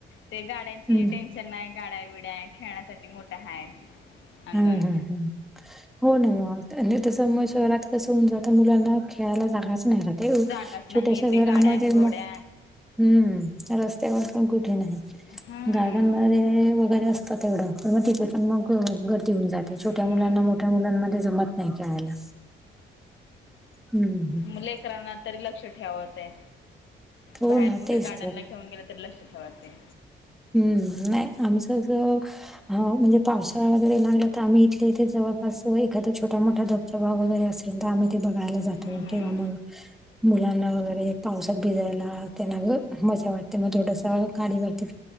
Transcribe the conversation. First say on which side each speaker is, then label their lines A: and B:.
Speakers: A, on the left (about 70°); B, in the centre.
A: ते गाड्यांची
B: हं,
A: टेन्शन नाही गाड्या बड्या खेळण्यासाठी मोठा हाय. अंगण.
B: हम्म हम् हम्. हो ना म तसं मग शहरात कसं होऊन जाऊता मुलांना खेळायला जागाच.
A: जागाच नाही
B: छोट्याश्या
A: ते
B: घरामध्ये
A: गाड्या अन गोड्या
B: मग हम् रस्त्यावर प ग्डन
A: हम्म.
B: वर असतातवग त होऊनात. ते छोट्या
A: हम्म
B: मुलांना मोठ्या मुलांमध्ये जमत नाही खेळायला हम्.
A: मुलेकरणात. तरी लक्ष ठेवाते
B: हो
A: बाहेर
B: ना
A: कुठे
B: तेच
A: गार्डनला
B: तर.
A: घेऊन गेलं तरी लक्ष ठेवाते.
B: हम्म नाही आमचं ज ह म्हणजे पावसाळा वगैरे लागला तर आम्ही इथले इथे जवळपास एखादा छोटा मोठा धबधबा वगैरे असत. आम्ही ते बघायला जातो
A: हम्म हम्म.
B: किंवा मग. मुलांना वगैरे पावसात भिजायला त्यांना मजा वाटते मग थोडस गाडी भरती.